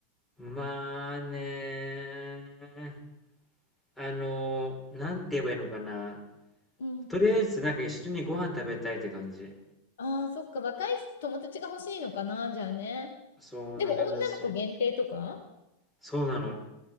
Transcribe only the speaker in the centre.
まあね、あの、なんて言えばいいのかな。
とりあえずなんか一緒にご飯食べたいって感じ。
そう、
仲だし。そうなの。